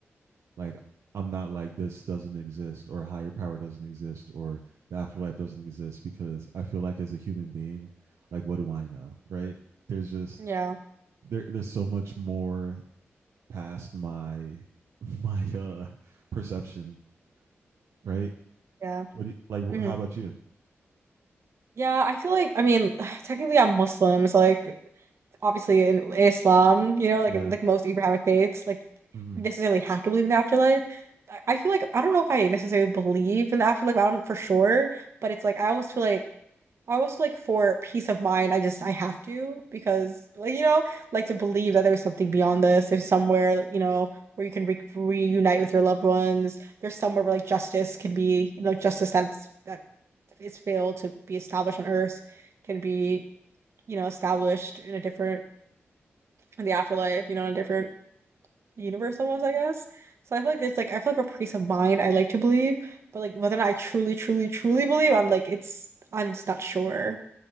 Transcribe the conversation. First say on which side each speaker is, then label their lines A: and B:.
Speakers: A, on the right (about 80°); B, on the right (about 65°).
A: like I'm not like this doesn't exist or higher power doesn't exist or the afterlife doesn't exist because I feel like as a human being, like what do I know, right? There's just
B: Yeah,
A: there there's so much more past my <laughs> my uh perception, right?
B: yeah.
A: What do you, like
B: hmm
A: how about you?
B: Yeah, I feel like I mean, <sighs> technically I'm Muslim, so like obviously in Islam, you know, like
A: Yeah.
B: in like most Abrahamic faiths, like
A: hmm
B: necessarily have to believe in the afterlife. I I feel like I don't know if I necessarily believe in the afterlife. I don't for sure, but it's like I almost feel like I almost like for peace of mind, I just I have to because like you know like to believe that there's something beyond this. There's somewhere like, you know where you can re reunite with your loved ones. There's somewhere where like justice can be you know justice that's that is failed to be established on Earth can be you know established in a different in the afterlife. You know in a different the universe almost, I guess. So I feel like there's like I feel like a piece of mind I like to believe, but like whether or not I truly, truly, truly believe, I'm like it's I'm just not sure,